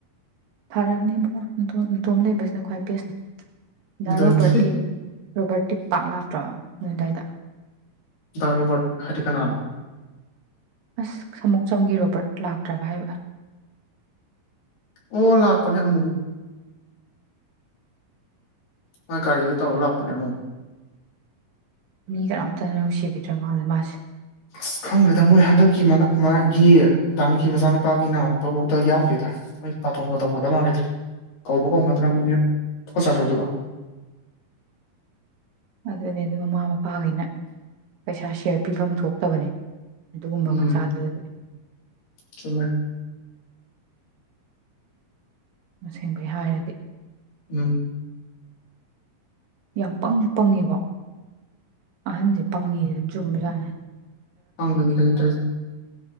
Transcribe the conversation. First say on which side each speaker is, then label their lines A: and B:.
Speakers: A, on the right; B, on the left.
A: ꯐꯔꯕꯅꯦ ꯏꯕꯨꯡꯉꯣ ꯅꯇꯣꯝ ꯅꯇꯣꯝ ꯂꯩꯕꯁꯤꯅ ꯈ꯭ꯋꯥꯏ ꯦꯁꯅꯦ
B: ꯑꯗꯨꯅꯤ
A: ꯔꯣꯕꯔꯇꯤ ꯔꯣꯕꯔꯇꯤ ꯄꯥꯛꯂ ꯅꯗꯥꯥꯏꯗ
B: ꯗ ꯔꯣꯕꯔꯠ ꯍꯗꯤ ꯈꯅ ꯑꯅꯣ
A: ꯑꯁ ꯁꯃꯨꯛ ꯆꯝꯒꯦ ꯔꯣꯕꯔꯠ ꯂꯥꯛꯇ꯭ꯔꯕ ꯍꯥꯏꯕ
B: ꯑꯣ ꯂꯥꯛꯄꯅꯦ ꯑꯃꯨ ꯃꯥ ꯀꯒꯥꯔꯤꯗꯨ ꯇꯧ ꯂꯥꯛꯄꯅꯦ ꯃꯨ
A: ꯃꯤ ꯀꯔꯝꯇ ꯅꯨꯡꯁꯤꯕꯤꯗ꯭ꯔꯦ ꯃꯥꯁꯦ ꯃꯥꯁꯦ
B: ꯑꯁ ꯈꯪꯗ꯭ꯔꯦꯗ ꯃꯣꯏ ꯍꯟꯗꯛꯀꯤ ꯃꯥꯒꯤ ꯗꯥꯟꯀꯤ ꯃꯆꯥꯅꯨꯄꯥꯒꯤ ꯅꯥꯎꯛꯇꯐꯧꯗ ꯌꯥꯎꯗꯦꯗ ꯃꯣꯏ ꯄꯥꯊꯣꯟꯒ ꯇꯧꯅꯗꯕ ꯃꯥꯟꯂꯗ꯭ꯔꯦ ꯀꯧꯕ ꯀꯧꯅꯗ꯭ꯔꯃꯤꯅꯦ ꯈꯠꯆꯔ꯭ꯔ ꯑꯗꯨꯒ
A: ꯑꯗꯨꯅꯦ ꯑꯗꯨ ꯃꯃꯥ ꯃꯄꯥꯈꯩꯅ ꯄꯩꯁꯥ ꯁꯦꯌꯔ ꯄꯤꯐꯝ ꯊꯣꯛꯇꯕꯅꯦ ꯑꯗꯨꯒꯨꯝꯕ
B: ꯎꯝ
A: ꯃꯆꯥꯗꯨꯗꯗꯤ
B: ꯆꯨꯝꯃꯦ
A: ꯃꯁꯤꯡꯕꯩ ꯍꯥꯏꯔꯗꯤ
B: ꯎꯝ
A: ꯌꯥꯝ ꯄꯪꯁꯨ ꯄꯪꯉꯦꯀꯣ ꯑꯍꯟꯁꯦ ꯄꯪꯉꯦꯁꯦ ꯑꯗꯨꯝ ꯆꯨꯝꯕ ꯌꯥꯥꯠꯦ
B: ꯄꯥꯡꯕꯅꯤ ꯀꯩꯅꯣ ꯇꯁꯦ